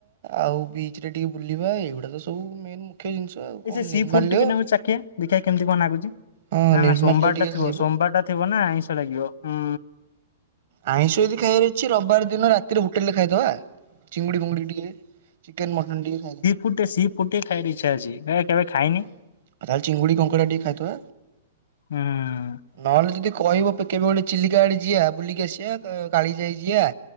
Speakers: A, on the right; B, on the left.
A: ଆଉ ବିଚ ରେ ଟିକେ ବୁଲିବା ଏଇଗୁଡା ତ ସବୁ ମେନ ମୁଁ କ୍ଷ ଜିନିଷ ଆଉ। କଣ
B: ଏଇ ସେ ସି
A: ନିର୍ମାଲ୍ୟ
B: ଫୁଡ ଟିକେ ଚଖିଆ ଦେଖିଆ କେମିତି କଣ ଲାଗୁଛି?
A: ହଁ
B: ନା
A: ନିର୍ମାଲ୍ୟ
B: ନା ସୋମବାର
A: ଟିକେ
B: ଟା ଥିବ
A: ଖାଇବ।
B: ସୋମବାର ଟା ଥିବ ନା ଆଇଁଷ ଲାଗିବ ହୁଁ।
A: ଆଇଁଷ ଯଦି ଖାଇବାର ଅଛି ରବିବାର ଦିନ ରାତିରେ ହୋଟେଲ ରେ ଖାଇଦବା। ଚିଙ୍ଗୁଡି ବୁଙ୍ଗୁଡି ଟିକେ ଚିକେନ ମଟନ ଟିକେ ଖାଇଦେବା।
B: ଫୁଟେ ସି ଫୁଟେ ଖାଇବି ଇଛା ଅଛି। ହେ କେବେ ଖାଇନି।
A: ଆଉ ତାହେଲେ ଚିଙ୍ଗୁଡ଼ି କଙ୍କଡ଼ା ଟିକେ ଖାଇଦବା।
B: ହୁଁ।
A: ନହେଲେ ଯଦି କହିବ କେବେ ଗୋଟେ ଚିଲିକା ଆଡେ ଯିଆ ବୁଲିକି ଆସିବା କାଳି ଯାଇ ଯିଆ।